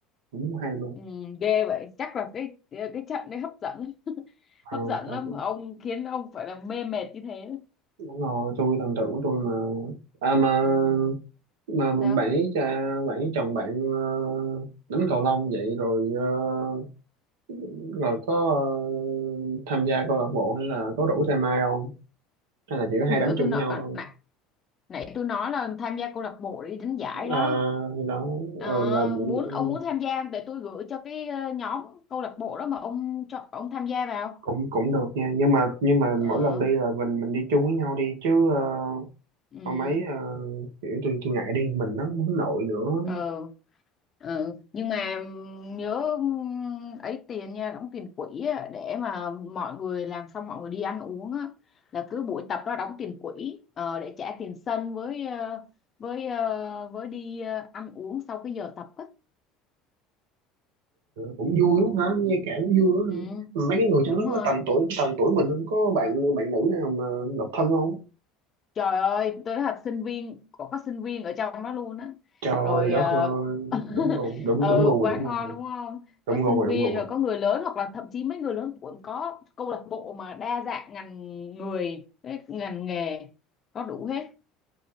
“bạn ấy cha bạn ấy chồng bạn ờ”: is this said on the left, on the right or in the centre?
Right